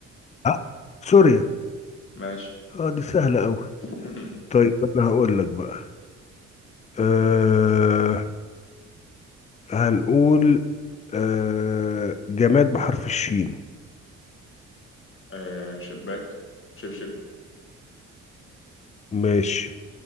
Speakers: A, on the left; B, on the left.
A: آه، سوريا
B: ماشي
A: اه دي سهلة قوي
B: <laughs>
A: طيب انا هقول لك بقى أه هنقول أه جماد بحرف الشين
B: آه شباك شبشب
A: ماشي